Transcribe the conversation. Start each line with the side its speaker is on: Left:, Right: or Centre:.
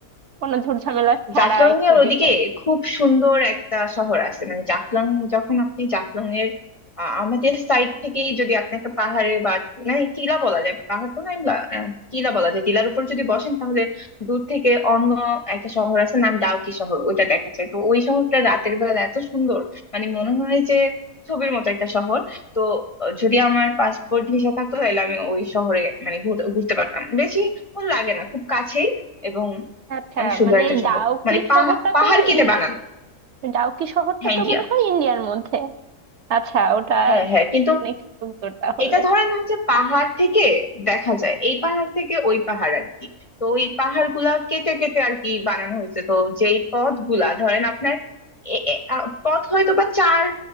Right: কোনো ঝুটঝামেলা ছাড়া
Left: জাফলং
Right: একটু
Left: এর ওদিকে
Right: দেখে আসি।
Left: খুব সুন্দর একটা শহর আছে মানে জাফলং যখন আপনি জাফলং এর আ, আমাদের সাইড থেকেই যদি আপনি একটা পাহাড়ে বা মানে টিলা বলা যায় পাহাড় তো না এগুলা আহ, টিলা বলা যায় টিলার উপর যদি বসেন তাহলে দূর থেকে অন্য একটা শহর আছে নাম ডাউকি শহর ওইটা দেখা যায় তো ওই শহরটা রাতের বেলা এত সুন্দর মানে মনে হয় যে ছবির মতো একটা শহর তো আহ, যদি আমার পাসপোর্ট ভিসা থাকতো তাহলে আমি ওই শহরে মানে ঘুর- ঘুরতে পারতাম বেশিক্ষণ লাগে না খুব কাছেই এবং
Right: আচ্ছা
Left: অনেক সুন্দর
Right: মানে
Left: একটা
Right: এই
Left: শহর
Right: ডাউকি
Left: মানে পাহা-
Right: শহরটা
Left: পাহাড়
Right: তো
Left: কেটে
Right: ইন-
Left: বানানো
Right: ডাউকি শহরটা
Left: হ্যাঁ
Right: তো
Left: ইন্ডিয়া
Right: মনে হয় ইন্ডিয়ার মধ্যে আচ্ছা ওটা
Left: হ্যাঁ হ্যাঁ কিন্তু
Right: অনেক সুন্দর তাহলে
Left: এটা ধরেন হচ্ছে পাহাড় থেকে দেখা যায় এই পাহাড় থেকে ওই পাহাড় আর কি তো ওই পাহাড় গুলা কেটে কেটে আর কি বানানো হয়েছে তো যেই পথ গুলা ধরেন আপনার এ- এ- আ, পথ হয়তো বা চার